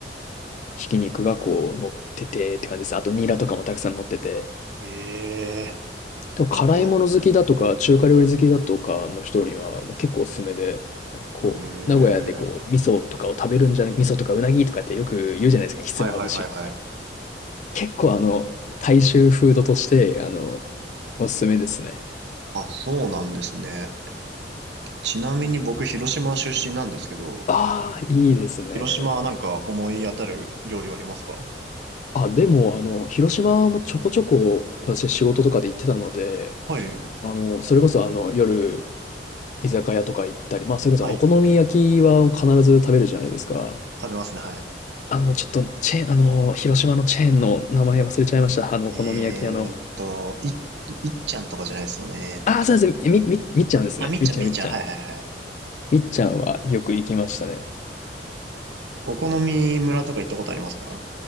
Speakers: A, on the left (about 45°); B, on the right (about 70°).
A: ひき肉がこう乗っててって感じです。あとニラとかもたくさん乗ってて。
B: ええ
A: でも辛いもの好きだとか、
B: ちょっと、
A: 中華料理好きだとかの人にはもう結構おすすめで、なんかこう、
B: ええ
A: 名古屋でこう、味噌とかを食べるんじゃなく、味噌とかうなぎとかってよく言うじゃないですか、ひつまぶしとか。
B: はいはいはいはい。
A: 結構あの、大衆フードとして、あの、おすすめですね。
B: あ、そうなんですね。ちなみに僕、広島出身なんですけど、
A: ああ、いいですね。
B: 広島はなんか思い当たる料理はありますか
A: あ、でも、あの、広島もちょこちょこ私仕事とかで行ってたので、
B: はい。
A: あの、それこそあの、夜、居酒屋とか行ったり、まあ、それこそお好み焼きは必ず食べるじゃないですか。
B: はい。食べますね。は
A: あの、ちょっと、チェーン、あの、広島のチェーンの名前忘れちゃいました。あの、
B: い。
A: お好み焼き屋の。
B: えーっと、い、いいっちゃんとかじゃないですよね。えーっと。
A: ああ、そうです。み、み、みっちゃんですね。
B: あ、みっちゃん、
A: みっちゃん、
B: みっちゃん。
A: みっちゃん。
B: はいはいはい。
A: みっちゃんはよく行きましたね。
B: お好み村とか行ったことありますか